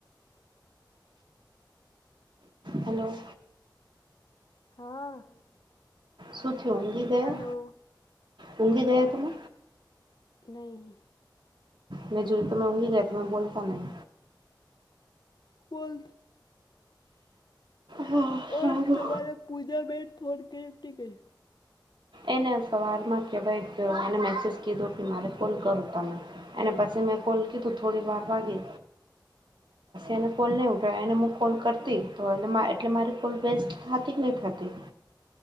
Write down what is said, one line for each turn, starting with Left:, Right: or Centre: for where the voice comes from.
Right: હલો.
Left: હા.
Right: શુંથી ઊંઘી ગયા,
Left: હલો
Right: ઊંઘી ગયા તમે?
Left: નહી.
Right: મેં જો તો મેં ઊઘી રહયાતા મેં બલતાહીં.
Left: ફોલ
Right: હા
Left: અ
Right: સારું
Left: તમારા પૂજાબન ફોન કરી એક કર
Right: એને સવારમાં કહેવાય કે એને મેસેજ કીધો કે મારે ફોલ કરો તમે. અને પછી મેં કોલ કીધું થોડી વાર વાગી. એને
Left: હમ
Right: કોલ નહીં ઉઠવા એને હું કોલ કરતી તો એ એટલે મારી કોલ બેસ્ટ થતી કે નહીં થતી.